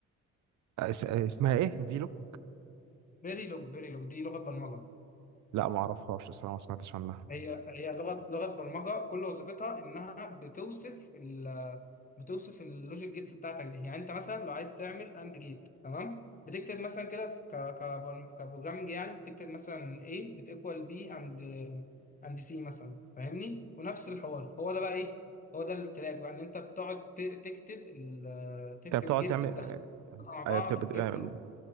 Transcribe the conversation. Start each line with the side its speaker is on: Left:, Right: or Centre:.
Right: اس- آه، اسمها ايه فيلو
Left: فيريلوج فيريلوج دي لغه برمجه
Right: لا ما اعرفهاش الصراحة ما سمعتش عنها
Left: هي هي لغه لغه برمجه كل وظيفتها انها بتوصف ال بتوصف اللوجيك جيتس بتاعتك دي يعني انت مثلا لو عايز تعمل اند جيت تمام بتكتب مثلا كده في ك ك كبروجرامنج يعني بتكتب مثلا A بتيكوال بي اند اند سي مثلا فاهمني ونفس الحوار هو ده بقى ايه هو ده التراك بقى ان انت بتقعد ت- تكتب ال تكتب
Right: انت بتقعد
Left: جيتس
Right: تعمل
Left: تدخلها مع بعض
Right: أيوة، بت- بت-
Left: وفليب
Right: آه،
Left: فلوب